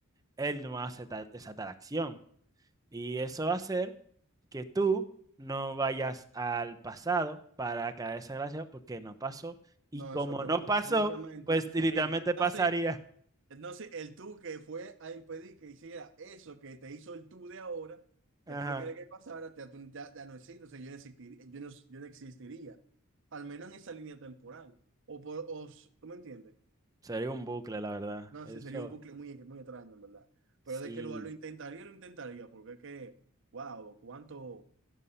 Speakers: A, on the right (about 15°); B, on the right (about 60°).
A: él no hace ta- esa tal acción y eso va a hacer que tú no vayas al pasado para caer esa gracia porque no pasó y
B: No,
A: como
B: eso todo
A: no
B: lo pasó
A: pasó,
B: técnicamente.
A: pues literalmente
B: El tú-
A: pasaría.
B: no, sí, no, sí, el tú que fue a impedir que hiciera eso que te hizo el tú de ahora, que
A: <laughs> Ajá.
B: tú no querías que pasara, ya, tú- ya, ya no existe, o sea, yo no existiría, yo no, yo no existiría, al menos en esa línea temporal. O, por, o s- ¿tú me entiendes?
A: Sería un bucle, la verdad.
B: No,
A: Eso
B: sí, sería un bucle muy, muy extraño, en verdad. Pero
A: sí,
B: de que lo, lo intentaría, lo intentaría, porque es que, wow, cuánto.